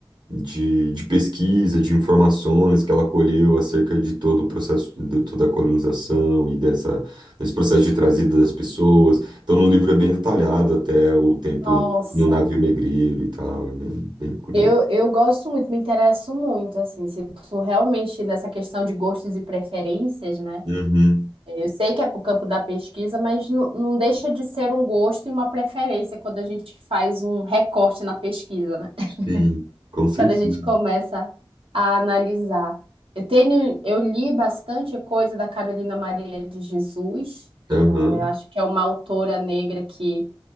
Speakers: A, on the right; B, on the right.
A: de, de pesquisa, de informações que ela colheu acerca de todo o processo, de toda a colonização e dessa, desse processo de trazida das pessoas. Então, no livro é bem detalhado até o tempo
B: Nossa,
A: no navio negreiro e tal, é bem, bem curioso.
B: eu, eu gosto muito, me interesso muito, assim, se tu realmente nessa questão de gostos e preferências, né?
A: Uhum,
B: Eu sei que é para o campo da pesquisa, mas não, não deixa de ser um gosto e uma preferência quando a gente faz um recorte na pesquisa, né? <laughs>
A: sim, com certeza.
B: Quando a gente começa a analisar. Eu tenho, eu li bastante coisa da Carolina Maria de Jesus,
A: Aham,
B: né? Eu acho que é uma autora negra que